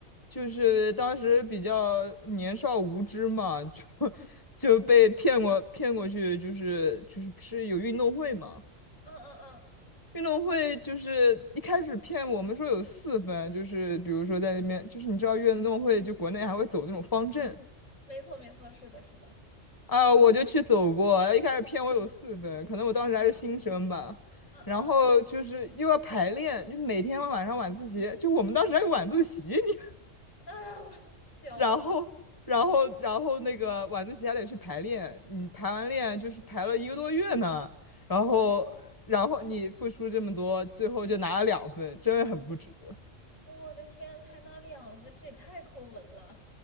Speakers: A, on the left (about 20°); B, on the left (about 80°).
A: 就是当时比较年少无知嘛，就 <laughs> 就被骗过骗过去，就是就是不是有运动会嘛。
B: 嗯嗯嗯，
A: 运动会就是一开始骗我们说有四分，就是比如说在那边，就是你知道运动会就国内还会走那种方阵
B: 没错没错，是的是的。
A: 啊，我就去走过，一开始骗我有四分，可能我当时还是新生吧，
B: 嗯嗯
A: 然后就是又要排练，就每天晚上晚自习，就我们当时还有晚自习，你
B: 嗯，啊，
A: <laughs>
B: 笑死！
A: 然后然后然后那个晚自习还得去排练，你排完练就是排了一个多月呢，
B: 嗯，
A: 然后然后你付出这么多，
B: 我的
A: 最后就拿了两分，真的很不值得。
B: 我的天啊，才拿两分，这也太抠门了